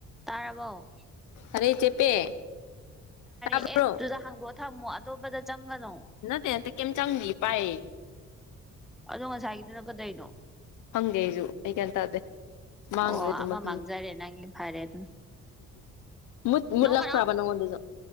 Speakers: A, in the centre; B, on the left.
A: ꯇꯥꯔꯕꯥꯎ
B: ꯑꯔꯦ ꯆꯄꯦ ꯁꯥꯕ꯭ꯔꯣ
A: ꯑꯦꯞꯇꯨꯗ ꯍꯥꯡꯗꯣꯛꯑ ꯊꯝꯃꯣ ꯑꯇꯣꯞꯄꯗ ꯆꯪꯒꯅꯣ
B: ꯅ ꯇꯅ ꯀꯝ ꯆꯥꯡꯂꯤ ꯄꯥꯏ
A: ꯑꯗꯣ ꯉꯁꯥꯏꯒꯤꯗꯨꯅ ꯀꯗꯩꯅꯣ
B: ꯍꯪꯒꯦ ꯑꯩꯁꯨ ꯑꯩ ꯀꯔꯤ ꯇꯗꯦ ꯃꯥꯡꯈ꯭ꯔꯦ
A: ꯑꯣ ꯑꯃ
B: ꯑꯗꯨ ꯃꯈꯜ
A: ꯃꯥꯡꯖꯔꯦ ꯅꯪꯒꯤ ꯐꯔꯦ ꯑꯗꯨꯅ
B: ꯨꯠ ꯃꯨꯠꯂꯛꯄ꯭ꯔꯕ
A: ꯅꯣꯛꯀꯅꯣ
B: ꯅꯉꯣꯟꯗꯨꯁꯨ